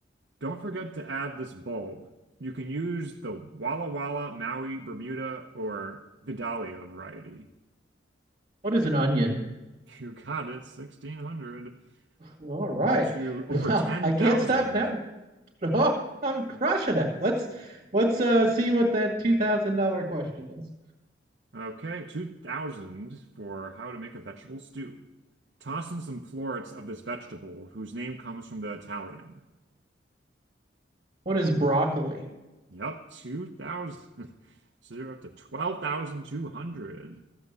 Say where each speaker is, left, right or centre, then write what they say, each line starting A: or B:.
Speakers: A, on the right; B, on the right.
A: don't forget to add this bulb. You can use the Walla Walla, Maui, Bermuda, or Vidalia variety. <laughs>
B: What is an onion?
A: You got it, 1600.
B: All
A: Brings
B: right.
A: you to
B: <laughs>
A: over
B: I
A: 10,000.
B: can't stop now. <laughs> Oh, I'm crushing it. Let's let's uh see what that two thousand dollar question is.
A: Okay, 2000 for how to make a vegetable stew. Toss in some florets of this vegetable, whose name comes from the Italian.
B: What is broccoli?
A: Yep, 2000. <laughs> So you're up to 12,200.